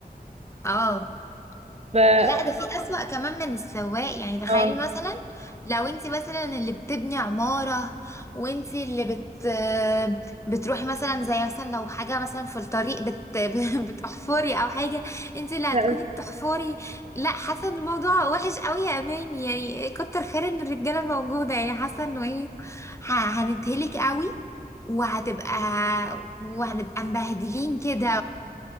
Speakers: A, on the left; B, on the right.
A: اه
B: ف اه
A: لا ده في أسوأ كمان من السواق يعني تخيلي
B: <clears throat>
A: مثلا لو انت مثلا اللي بتبني عمارة وانت اللي بت بتروحي مثلا زي مثلا لو حاجة مثلا في الطريق بت <laughs> بتحفري او حاجة انت اللي هتكوني
B: لا،
A: بتحفري لا حاسة ان الموضوع وحش قوي يا اماني يعني كتر خير ان الرجالة موجودة يعني حاسة انه ايه ه- هنتهلك قوي وهتبقى وهنبقى مبهدلين كده